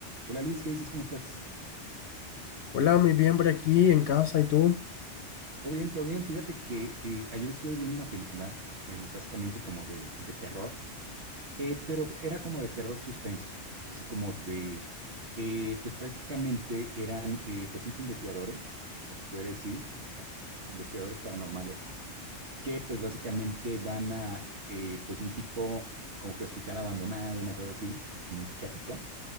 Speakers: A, on the right; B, on the left.
A: Hola Luis, ¿qué dices? ¿Cómo estás?
B: Hola, muy bien por aquí en casa, ¿y tú?
A: Todo bien, todo bien. Fíjate que eh, ayer estuve viendo una película, eh, es básicamente como de, de terror, eh, pero era como de terror suspenso, así como de, eh, pues prácticamente eran eh, pues cinco investigadores, o sea, se podría decir, o sea, este, investigadores paranormales, que pues básicamente van a eh, pues un tipo como que hospital abandonado, una cosa así, o sea, como un psiquiátrico